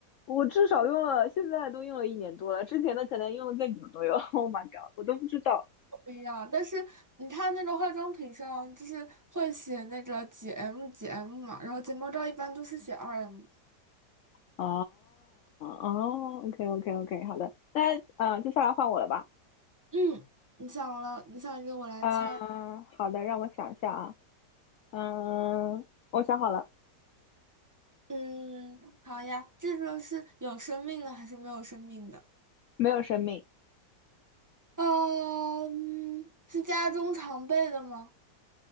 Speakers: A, on the left (about 80°); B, on the right (about 15°).
A: 我至少用了，现在都用了一年多了，之前的可能用的更久都有。<laughs> Oh my god，我都不知道。
B: 不一样。但是你看那个化妆品上，就是会写那个几 M 几 M 嘛，然后睫毛膏一般都是写二 M。
A: 哦哦，OK OK OK，好的，那嗯、呃接下来换我了吧？
B: 嗯，你想了，你想一个，我来猜。
A: 嗯、好的，让我想一下啊，嗯、我想好了，
B: 嗯，好呀，这个是有生命的还是没有生命的？
A: 没有生命。
B: 呃嗯，是家中常备的吗？